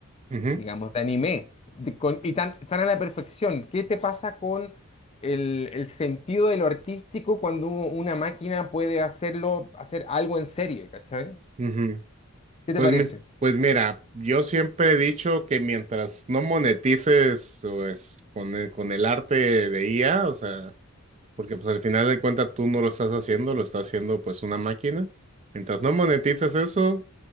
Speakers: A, on the right; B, on the left.
A: Ujú.
B: digamos, de anime, de- con- y tan, tan a la perfección? ¿Qué te pasa con el, el sentido de lo artístico cuando una máquina puede hacerlo, hacer algo en serie, ¿cachai?
A: Ujú.
B: ¿Qué te
A: Pues,
B: parece?
A: mi- pues mira, yo siempre he dicho que mientras no monetices pues, con el, con el arte de IA, o sea, porque pues al final de cuentas tú no lo estás haciendo, lo está haciendo pues una máquina. Mientras no monetices eso,